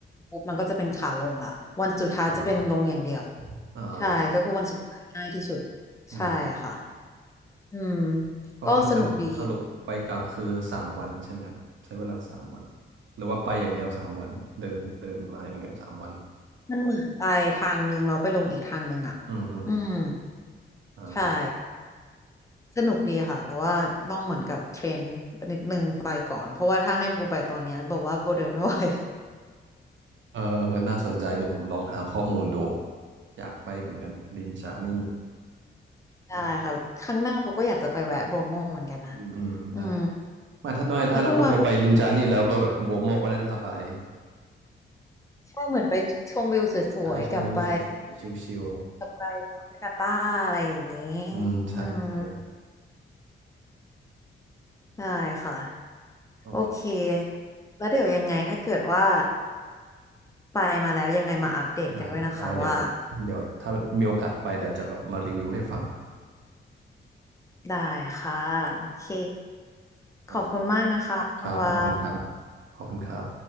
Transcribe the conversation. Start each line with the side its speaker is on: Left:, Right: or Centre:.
Left: ปุ๊บมันก็จะเป็นขาลงละวันสุดท้ายจะเป็นลงอย่างเดียว
Right: อ่าอ่าโอเค
Left: ใช่ก็คือวันสุดท้ายง่ายที่สุด
Right: อืม
Left: ใช่อะค่ะอืม
Right: ก็คือสรุปสรุปไปกลับคือสามวันใช่ไหมครับใช้เวลาสามวัน
Left: ก็สนุกดี
Right: หรือว่าไปอย่างเดียวสามวันเดินเดินมาอย่างเดียวสามวัน
Left: มันเหมือนไปทางนึงแล้วไปลงอีกทางนึงอะ
Right: อืมอืม
Left: อืม
Right: อ่า
Left: ใช่ สนุกดีค่ะแต่ว่าต้องเหมือนกับเทรนนิดนึงไปก่อนเพราะว่าถ้าให้โบไปตอนเนี้ยบอกว่าโบเดินไม่ไหว <laughs>
Right: เออน่าสนใจเดี๋ยวผมลองหาข้อมูลดูอยากไปเหมือนกันลินจานี่
Left: ได้ค่ะครั้งหน้าโบก็อยากจะไปแวะโบรโมเหมือนกันนะ
Right: อืมอืมได้
Left: อืม
Right: มาถ้าไม่ถ้าถ้าคุณโบไปลินจานี่แล้วก็แบบโบโมก็น่าจะสบาย
Left: แล้วคุณว่าใช่เหมือนไปชมวิวสวยๆกลับไป
Right: ใช่ชมวิวสวยๆชิล
Left: กลับไปปาการ์ต้าอะไรอย่างนี้
Right: ๆอืมใช่ใช่
Left: อืมได้ค่ะ
Right: โอเค
Left: โอเคแล้วเดี๋ยวยังไงถ้าเกิดว่าไปมาแล้วยังไงมาอัปเดตกันด้วยนะคะว่า
Right: ได้ได้เดี๋ยวเดี๋ยวถ้ามีโอกาสไปเดี๋ยวจะกลับมารีวิวให้ฟังครับ
Left: ได้ค่ะโอเค
Right: โอเค
Left: ขอบคุณมากนะคะคุณว่า
Right: ครับขอบคุณครับขอบคุณครับ